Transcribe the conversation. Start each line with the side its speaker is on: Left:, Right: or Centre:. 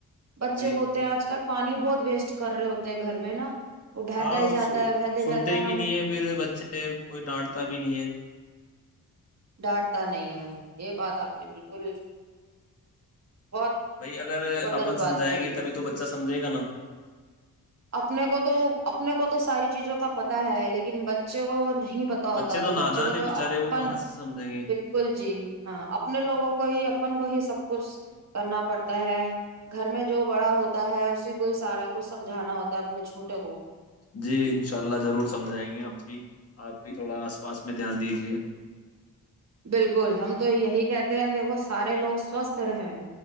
Right: بچے
Left: جی
Right: ہوتے ہیں آج کل پانی بہت ویسٹ کر رہے ہوتے ہیں گھر میں نا وہ بہتا
Left: ہاں
Right: ہی جاتا ہے بہتے
Left: سنتے
Right: جاتا
Left: بھی
Right: ہم
Left: نہیں ہے پھر بچے کوئی ڈانٹتا بھی نہیں ہے
Right: ڈانٹتا نہیں ہے یہ بات آپ نے بالکل بہت
Left: بھائی اگر
Right: زبردست
Left: اپن
Right: بات
Left: سمجائیں
Right: کری
Left: گے تبھی تو بچہ سمجھے گا نا
Right: اپنے کو تو اپنے کو تو ساری چیزوں کا پتا ہے لیکن بچے کو نہیں ہی پت ہوتا
Left: بچے
Right: ہے تو
Left: نادان
Right: بچوں کو
Left: ہے
Right: تو
Left: بےچارے
Right: اپن
Left: وہ کہاں سے سمجھیں گے
Right: بالکل جی ہاں اپنے لوگوں کو ہی اپن کو ہی سب کچھ کرنا پڑتا ہے گھر میں جو بڑا ہوتا ہے اسی کو ہی سارا کچھ سب جانا ہوتا ہے اپنے چھوٹے کو
Left: جی انشاء اللہ ضرور سمجھائیں گے ہم بھی آپ بھی تھوڑا آس پاس میں دھیان دیجیے
Right: بالکل ہم تو یہی کہتے ہیں دیکھو سارے لوگ سوستھ رہے